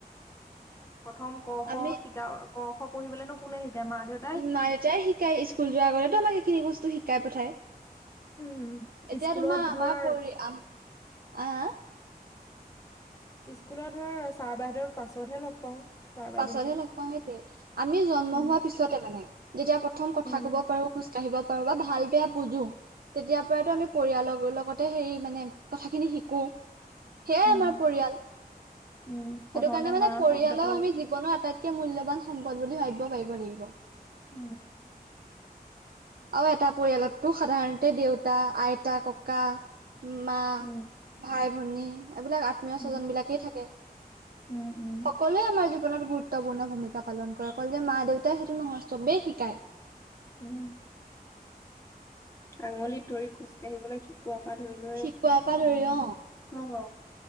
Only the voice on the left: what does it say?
প্ৰথম ক
খ শিকা ক খ পঢ়িবলে নো কোনে শিকায় মাহ দেউ
উম,
স্কুলত
ধৰ
স্কুলত ধৰ ছাৰ বাহিৰত পাছতহে লগ পাওঁ ছাৰ বাইদেউহঁতক।
উম,
উম,
উম,
উম, প্ৰথমতে
মা
শব্দটো
উম
উম।
উম,
উম, উম,
উম' আঙুলিত ধৰি খোজ কাঢ়িবলৈ শিকোৱা পৰা ধৰি লৈ
অ'